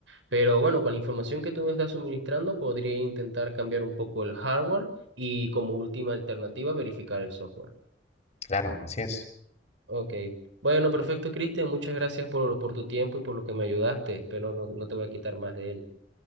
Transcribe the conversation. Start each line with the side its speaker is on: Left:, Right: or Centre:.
Right: Pero bueno, con la información que tú me estás suministrando, podría intentar cambiar un poco el hardware y como última alternativa verificar el software.
Left: Claro, así es.
Right: Ok. Bueno, perfecto, Cristian. Muchas gracias por, por tu tiempo y por lo que me ayudaste, pero no, no te voy a quitar más de él.